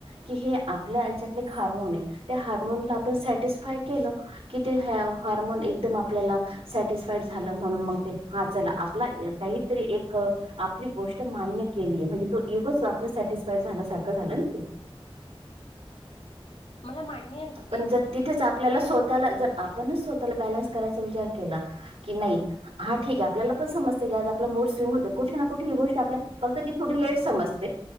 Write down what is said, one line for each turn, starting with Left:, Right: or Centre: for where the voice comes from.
Right: कि हे आपल्या आच्यातले हार्मोन आहे त्या हार्मोन आपण सटिस्फाय केलं. कि ते हार्मोन एकदम आपल्याला सॅटिस्फाईड झालं म्हणून मग ते हा चला आपला काहीतरी एक आपली गोष्ट मान्य केलीय म्हणजे तो इगोच आपला सॅटिस्फाईड झाल्यासारख झालं ना ते
Left: मला मान्य आहे
Right: पण
Left: ते
Right: जर तिथेच आपल्याला स्वत स्वतःला जर आपणच स्वतःला बॅलन्स करायचा विचार केला की नाही हा ठीक आहे. आपल्याला पण समजते की आज आप मोड स्विंग होत कुठे ना कुठ ही गोष्ट आपल्या फक्त ती थोडी लेट समजते.